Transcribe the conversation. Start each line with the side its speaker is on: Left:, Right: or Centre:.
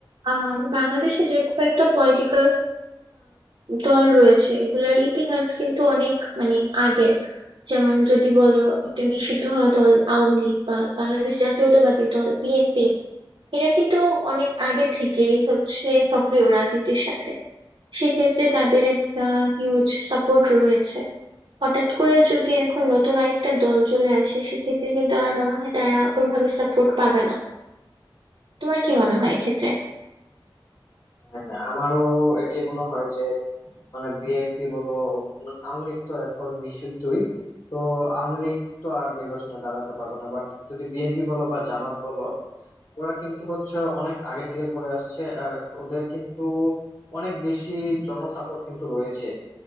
Right: আহ, বাংলাদেশে যে কয়েকটা পলিটিক্যাল দল রয়েছে এগুলোর ইতিহাস কিন্তু অনেক মানে আগের যেমন যদি বলো একটা নিষিদ্ধ হওয়া দল আওয়ামী লীগ বা বাংলাদেশ জাতীয়তাবাদী দল বিএনপি এরা কিন্তু অনেক আগে থেকেই হচ্ছে সক্রিয় রাজনীতির সাথে সেক্ষেত্রে তাদের একটা হিউজ সাপোর্ট রয়েছে হঠাৎ করে যদি এখন নতুন আরেকটা দল চলে আসে সেক্ষেত্রে কিন্তু আমার মনে হয় তারা ওইভাবে সাপোর্ট পাবে না তোমার কি মনে হয় এক্ষেত্রে
Left: হ্যাঁ হ্যাঁ, আমারও এটাই মনে হয় যে মানে বিএনপি বলো মানে আওয়ামী লীগ তো এখন নিষিদ্ধই তো আওয়ামী লীগ তো আর নির্বাচনে দাঁড়াতে পারবে না বাট যদি বিএনপি বলো বা জামাত বলো ওরা কিন্তু হচ্ছে অনেক আগে থেকে পড়ে আসছে আর ওদের কিন্তু অনেক বেশি জনসাপোর্ট কিন্তু রয়েছে